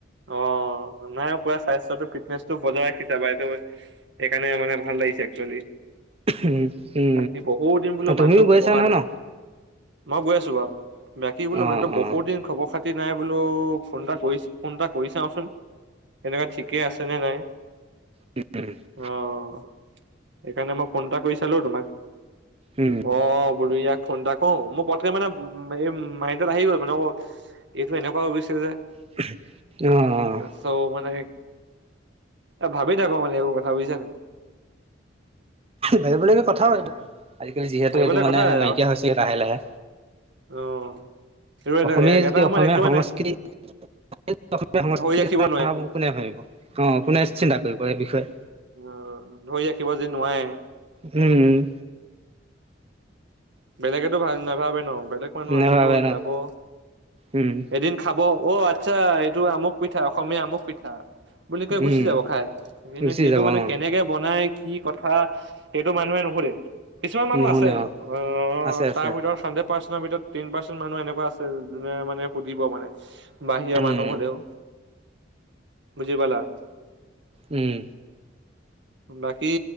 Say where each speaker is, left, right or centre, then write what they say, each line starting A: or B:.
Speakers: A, on the right; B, on the right.
A: অ' নাই পুৰা স্বাস্থ্যতো ফিটনেচ টো বজাই ৰাখিছা বাইদাৱে সেইকাৰনে মানে ভাল লাগিছে একচুৱেলি।
B: উম উম।
A: বাকী বহুত দিন বোলে মানুহটো
B: তুমিও
A: খব
B: গৈছা
A: কৰা
B: নহয়
A: তে
B: ন
A: মই গৈ আছো বাও, বাকী বো <unintelligible>
B: অ
A: মানুহটো ব
B: অ
A: বহুত দিন খবৰ খাতি নাই বোলো, ফোন এটা কৰি ফোন এটা কৰি চাওঁচোন। কেনেকা ঠিকেই আছেনে নাই?
B: <unintelligible>
A: অ'হ সেইকাৰণে মই ফোন এটা কৰি চালো তোমাক।
B: উম
A: অ' বোলো ইয়াক ফোন এটা কও মোৰ পতকে মানে সেই মা মাইণ্ডত আহি গ'ল মানে অও এইটো এনেকোৱা হৈ গৈছে যে।
B: অঁ অঁ
A: চ' মানে এ ভাবি থাকো মানে এইবোৰ কথা বুজিছা নাই?
B: ভাবিব লগিয়া কথাও
A: অ',
B: এইটো, আজিকালি যিহেতু
A: ভাবিবলে
B: এইটো মানে
A: কথাই
B: নাইকিয়া
A: আৰু
B: হৈছে লাহে লাহে।
A: অ', এইটো
B: অসমীয়া
A: এটা
B: যদি
A: সময়ত
B: অসমীয়া
A: একেবাৰে
B: সংস্কৃতি
A: নাই
B: <unintelligible> অসমীয়া সংস্কৃতিৰ
A: ধৰি ৰাখিব
B: নাভাবো
A: নোৱাৰে
B: কোনে ভাবিব, অঁ কোনে চিন্তা কৰিব এই বিষয়ে?
A: অ' ধৰি ৰাখিব যে নোৱাৰে
B: উম
A: বেলেগেটো ভাল নাভাবে ন' বেলেগ মানুহ
B: নেভাবে
A: আহিব
B: ন'
A: যাব
B: উম।
A: এদিন খাব অ' আচ্ছা এইটো আমুক পিঠা, অসমীয়া আমুক পিঠা। বুলি কৈ গুচি
B: উম
A: যাব খাই, কিন্তু
B: গুচি
A: সেইটো
B: যাব
A: মানে
B: অ
A: কেনেকে বনাই কি কথা সেইটো মানুহে নোশুধে। কিছুমান মানুহ
B: নুশুনে
A: আছে
B: অ
A: অঁ
B: আছে আছে
A: তাৰ ভিতৰত হাড্ৰেড পাৰ্চে তাৰ ভিতৰত পাৰ্চেন মানুহ এনেকুৱা আছে যোনে মানে সুধিব মানে। বাহিৰৰ
B: উম
A: মানুহ হ'লেও বুজি পালা?
B: উম।
A: বাকী